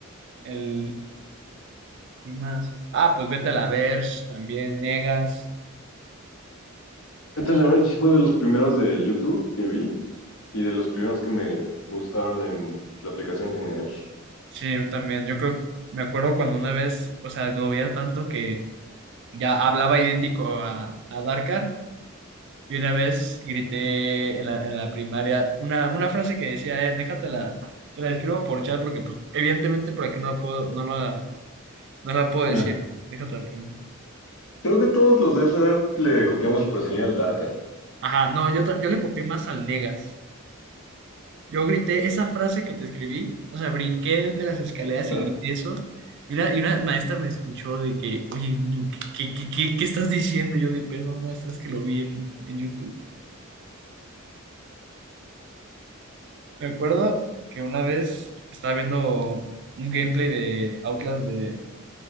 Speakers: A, on the right (about 60°); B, on the left (about 85°).
A: el... ¿Quién más? Ah, pues Vete a la Verge, también Negas. ¿Qué
B: Este,
A: otros
B: la verdad, sí fue de los primeros de YouTube que vi y de los primeros que me gustaron en la aplicación en general.
A: Sí, yo también. Yo creo, me acuerdo cuando una vez, o sea, lo veía tanto que ya hablaba idéntico a, a Darkar y una vez grité en la, en la primaria una, una frase que decía, eh, déjate la, te la escribo por chat porque pues evidentemente por aquí no la puedo, no la, no la puedo
B: Ajá.
A: decir. Déjate la pongo.
B: Creo que todos los de esa edad le copiamos el personaje al Darker.
A: Ajá, no, yo, ta- yo le copié más al Negas. Yo grité esa frase que te escribí, o sea, brinqué de las escaleras
B: Ajá.
A: y grité eso. Y una, y una maestra me escuchó de que, oye, niño, ¿qué, qué, qué, qué- qué estás diciendo? Yo de, perdón, maestra, es que lo vi en, en YouTube. Me acuerdo que una vez estaba viendo un gameplay de Outlast de...